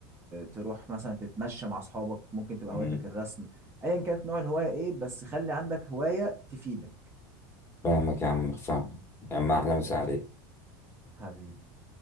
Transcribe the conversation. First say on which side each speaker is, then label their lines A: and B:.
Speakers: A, on the right; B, on the left.
A: تروح مثلا تتمشى مع اصحابك ممكن تبقى
B: مم.
A: هوايتك الرسم ايا كانت نوع الهواية ايه بس خلي عندك هواية تفيدك
B: فاهمك يا عم فاهمك يا عم أحلى مسا عليك
A: حبيبي